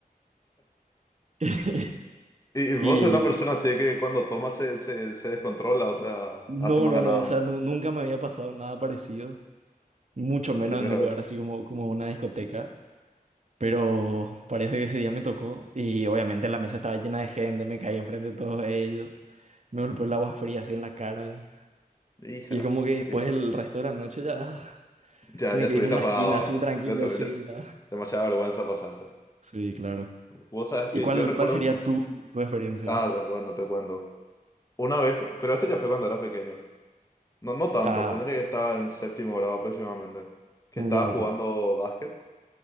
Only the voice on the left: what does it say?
Y y vos
sos una persona así que cuando toma se, se, se descontrola, o sea,
hace más
ganada.
Primera
vez.
Hija,
que
ya,
ya estuviste
apagado.
Ya tuve,
ya-
Demasiada vergüenza pasaste.
Vos sabés
que
yo recuerdo.
un-
Ah, bueno, te cuento. Una vez, pero este ya fue cuando era pequeño. No, no tanto,
ponerle que estaba en séptimo grado aproximadamente. Que estaba
jugando
básquet.